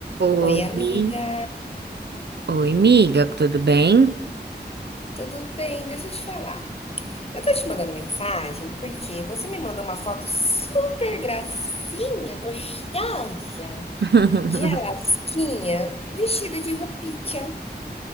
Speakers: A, on the right; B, on the left.
A: Oi,
B: Oi, amiga.
A: oi, miga, tudo bem?
B: Tudo bem? Deixa eu te falar. Eu tô te mandando mensagem porque você me mandou uma foto super gracinha, gostosa,
A: <laughs>
B: de Alasquinha, vestida de roupinha.